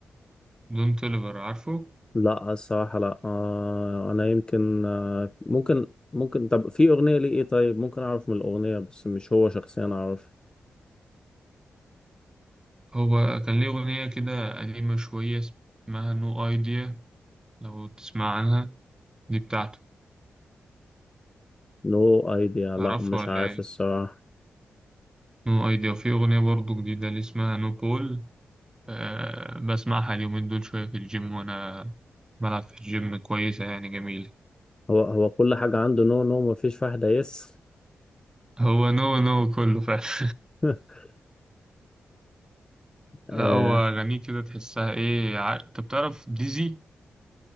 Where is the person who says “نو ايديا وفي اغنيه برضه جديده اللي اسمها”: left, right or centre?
Right